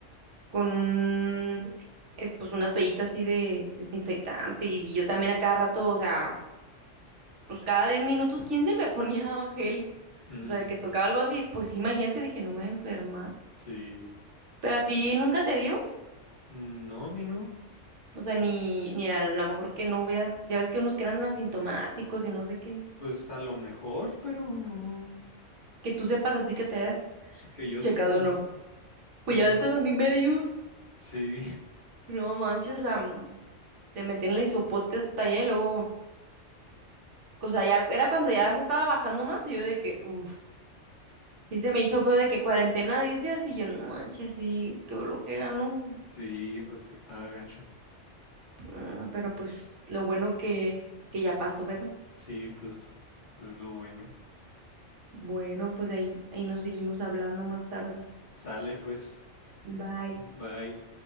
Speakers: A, on the right; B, on the left.
A: con un, es, pues una toallita así de desinfectante y yo también a cada rato, o sea, pues cada 10 minutos, 15 me ponía gel,
B: mm,
A: o sea, de que tocaba algo así, pues sí, imagínate, dije, no me voy a enfermar.
B: sí.
A: Pero a ti nunca te dio,
B: Mm, No, a mí no.
A: o sea, ni, ni a lo mejor que no hubiera, ya ves que unos que eran asintomáticos y no sé qué,
B: Pues a lo mejor, pero no.
A: que tú sepas así que te hayas
B: Sí, que yo sepa,
A: checado
B: no.
A: o no. Pues
B: No,
A: ya ves
B: yo-
A: cuando a mí me dio,
B: sí, <laughs>
A: no manches, o sea, mm, te metí en el hisopote hasta allá y luego... O sea, ya era cuando ya se estaba bajando más y yo de que, uff. Sí, se me hizo feo de que cuarentena 10 días y yo no manches, sí, qué blojera, ¿no?
B: sí, pues sí estaba gacho.
A: Mm, Pero pues lo bueno que, que ya pasó, ¿verdad?
B: Sí, pues es lo bueno.
A: Bueno, pues ahí, ahí nos seguimos hablando más tarde.
B: Sale pues,
A: Bye.
B: bye.